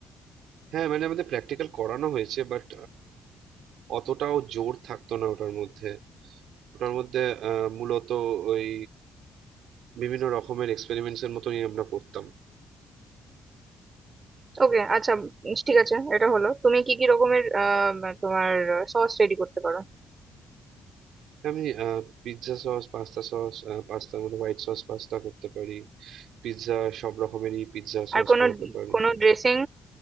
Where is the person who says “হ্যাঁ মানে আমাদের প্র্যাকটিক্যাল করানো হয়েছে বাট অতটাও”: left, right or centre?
Right